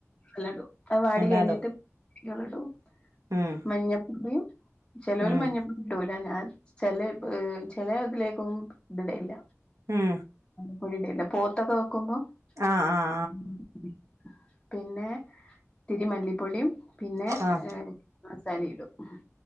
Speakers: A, on the left; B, on the right.
A: എല്ലാടും അത് വാടി
B: എല്ലാടോ
A: കഴിഞ്ഞിട്ട് <unintelligible>
B: ഉം
A: മഞ്ഞപൊടിം ചേലോല്
B: ഉം
A: മഞ്ഞ ഇടുല ഞാൻ ചില ഈഹ് ചിലതിലേക്കും ഇതിടല്ല
B: ഉം
A: പ്പൊടിയിടല്ല പോത്തൊക്കെ വെക്കുമ്പോ
B: ആഹ് ആ
A: <inaudible> പിന്നെ തിരിമല്ലിപ്പൊടിം പിന്നെ
B: ആഹ്
A: മസാലിടും ഉംഹ്